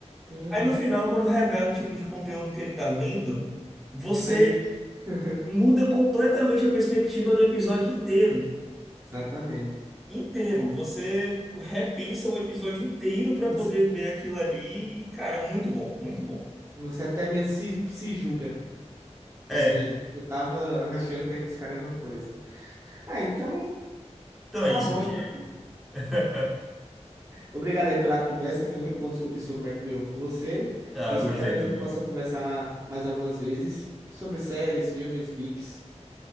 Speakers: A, on the right; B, in the centre.
A: Uhum.
B: Aí no final, quando revela um tipo de conteúdo que ele tá vendo, você
A: A gente... <laughs>
B: muda completamente a perspectiva do episódio inteiro.
A: Exatamente.
B: Inteiro. Você repensa o episódio inteiro pra
A: Você,
B: poder ver aquilo ali. e, Cara, muito bom, muito bom.
A: você até mesmo se, se julga. Assim,
B: É,
A: eu tava achando que esse cara era uma coisa. Ah, então
B: então é
A: tá
B: isso,
A: bom
B: Diego.
A: então.
B: <laughs>
A: Obrigado aí pela conversa. Foi muito bom discutir sobre Black Mirror com você.
B: Ah,
A: Espero
B: gostei
A: a
B: também.
A: gente possa conversar mais algumas vezes sobre séries, filmes, geeks,